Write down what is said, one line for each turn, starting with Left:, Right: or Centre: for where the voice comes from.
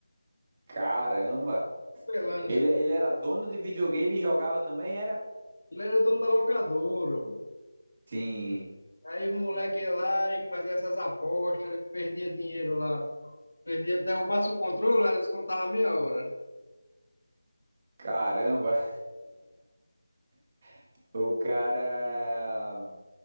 Right: Caramba!
Left: Pelando,
Right: Ele, ele era dono de videogame e jogava também, era?
Left: Ele era dono da locadora. mano.
Right: Sim.
Left: Aí os moleques iam lá e faziam essas apostas, perdia dinheiro lá. Perdia, derrubasse o controle, aí eles contavam meia hora.
Right: Caramba, <laughs> o cara.